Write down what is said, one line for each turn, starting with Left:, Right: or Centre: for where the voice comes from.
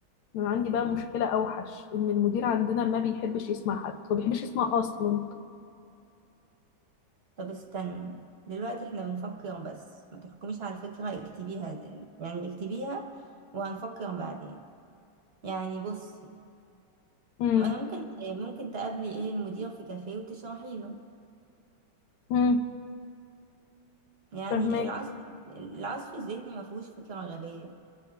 Left: انا عندي بقى مشكلة اوحش ان المدير عندنا ما بيحبش يسمع حد هو ما بيحبش يسمع اصلا
Right: طب استني دلوقتي احنا بنفكر بس ما تحكميش على الفكرة اكتبيها يعني اكتبيها وهنفكر بعدين يعني بصي
Left: امم
Right: ما انا ممكن ممكن تقابلي ايه المدير في كافيه وتشرحي له
Left: امم
Right: يعني
Left: فهماكي
Right: العصف العصف الذهني ما فيهوش فكرة غبية